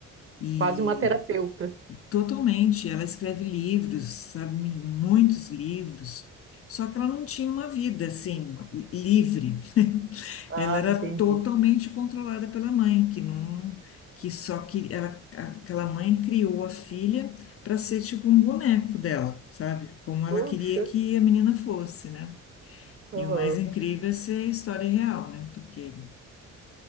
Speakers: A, on the left; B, on the right.
A: E
B: Quase uma terapeuta.
A: totalmente, ela escreve livros, sabe, muitos livros, só que ela não tinha uma vida assim livre.
B: Ah,
A: Ela era
B: entendi.
A: totalmente controlada pela mãe, que não, que só que ela, aquela mãe criou a filha para ser tipo um boneco dela, sabe? Como ela
B: Poxa,
A: queria que a menina fosse, né?
B: aham.
A: E o mais incrível é ser história real, né? Porque